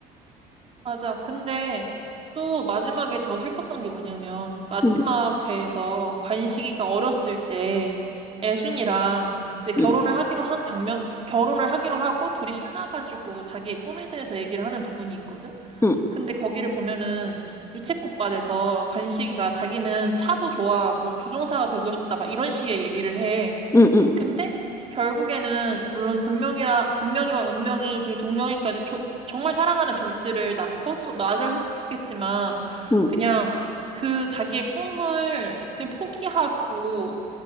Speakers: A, on the right (about 35°); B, on the left (about 15°).
A: 맞아. 근데 또 마지막에 더 슬펐던 게 뭐냐면 마지막
B: 음,
A: 회에서 관식이가 어렸을 때 애순이랑 이제 결혼을
B: 음,
A: 하기로 한 장면, 결혼을 하기로 하고 둘이 신나가지고 자기의 꿈에 대해서 얘기를 하는 부분이 있거든.
B: 음,
A: 근데 거기를 보면은 유채꽃밭에서 관식이가 자기는 차도 좋아하고 조종사가 되고 싶다 막 이런 식의 얘기를 해.
B: 음, 음.
A: 근데 결국에는 물론 금명이라 금명이와 은명이 그리고 동명이까지 조- 정말 사랑하는 자식들을 낳고 또 나름 행복했겠지만
B: 응,
A: 그냥 그 자기의 꿈을 그냥 포기하고